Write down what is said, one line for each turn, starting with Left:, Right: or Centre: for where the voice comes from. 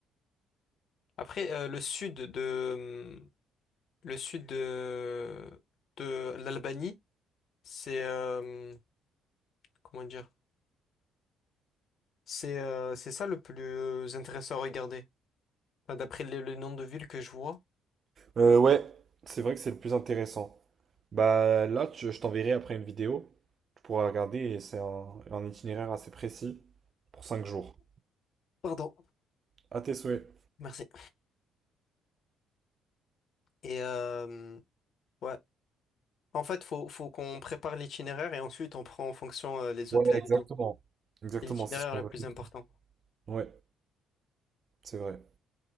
Left: Après, euh, le sud de, le sud de, de l'Albanie, c'est, euh, comment dire? C'est, euh, c'est ça le plus intéressant à regarder. Enfin, d'après le, le nombre de villes que je vois.
Right: Euh, ouais, c'est vrai que c'est le plus intéressant. Bah là, tu- je t'enverrai après une vidéo. Tu pourras regarder et c'est un, un itinéraire assez précis pour 5 jours.
Left: Pardon.
Right: À tes souhaits.
Left: Merci. Et euh, ouais, en fait, faut, faut qu'on prépare l'itinéraire et ensuite on prend en fonction euh, les
Right: Ouais,
Left: hôtels
Right: exact
Left: et tout.
Right: Exactement,
Left: C'est l'itinéraire
Right: c'est ce qu'on
Left: le
Right: veut
Left: plus
Right: faire.
Left: important.
Right: Ouais, c'est vrai.